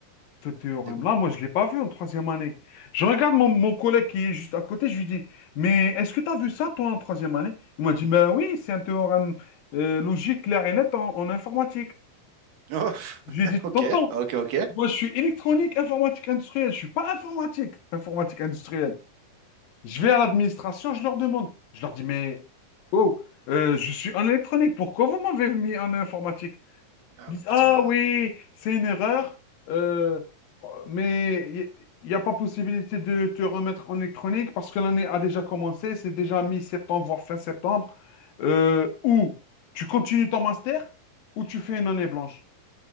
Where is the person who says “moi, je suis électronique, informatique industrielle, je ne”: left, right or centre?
Left